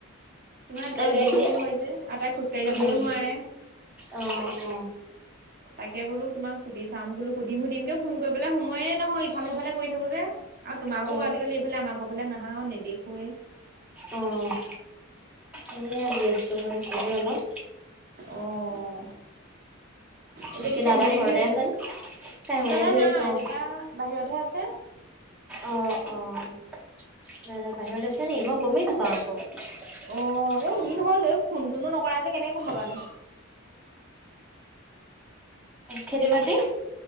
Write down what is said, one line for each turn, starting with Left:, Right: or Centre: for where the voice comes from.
Right: ইমান
Centre: তাকে
Right: আৰু দূৰওঁ
Centre: এতিয়া
Right: হয় যে আৰু তাই খোজ কঢ়ি যাবও
Centre: উম
Right: নোৱাৰে
Centre: অ অ
Right: তাকে বোলো তোমাক সুধি চাম বোলো সুধিম সুধিম কিয় ফোন কৰিবলে সময়ে নহয়, ইফালে সিফালে কৰি থাকো যে আৰু তোমাকো
Centre: অ
Right: আজিকালি এইফালে আমাৰ ঘৰ ফালে নাহাও নিদেখ হোয়ে।
Centre: অ', এয়ে ব্যস্ত হৈ আছো যে অলপ।
Right: অঁ। এতিয়া
Centre: বাকী
Right: কি কাঁহীবাতী
Centre: দাদা ঘৰতে
Right: ধুই আছা?
Centre: আছে নে? কাঁহী বাতি
Right: দাদা
Centre: ধুই
Right: নাই
Centre: আছে অ'।
Right: দাদা বাহিৰতহে আছে।
Centre: অ', অ', দাদা বাহিৰত আছে? নি মই গমেই নাপাওঁ আকৌ।
Right: অ' এই দিন হ'ল তেওঁ। ফোন-চোনো নকৰা যে কেনেক গম পাবানো?
Centre: খেতি-বাতি